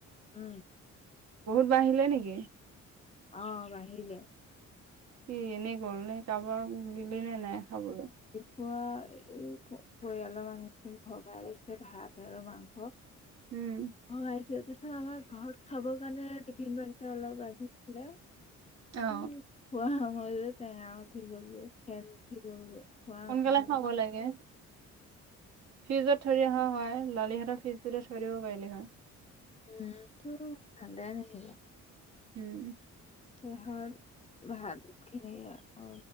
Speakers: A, on the left; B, on the right.
A: উম'।
B: <unintelligible> বা আহিলে নেকি?
A: অ' বাহিলে।
B: কি এনেই গ'ল নে কাৰোবাক দিলি নে নাই খাবলৈ?
A: পুৱা এই পৰিয়ালৰ মানুহখিনিক ভগাই দিছে ভাত আৰু মাংস।
B: উম
A: অ' আহিছে। আমাৰ ঘৰত খাবৰ কাৰণে দুট <unintelligible> অলপ লাগিছিলে।
B: অ
A: উ খোৱা মই টেঙা উঠি গৈছে ফেন। উঠি গ'লগৈ, খোৱা
B: সোনকালে
A: নহ'ল
B: খাব
A: আৰু।
B: লাগে। ফ্ৰিজত থৰি অহা হয়, লালিহঁতৰ ফিজটোতে থৈ দিব পাৰিলি হয়।
A: উম, ইটো ঠাণ্ডাই নাহিলে।
B: উম'।
A: কিহৰ ভাত খিনি অ'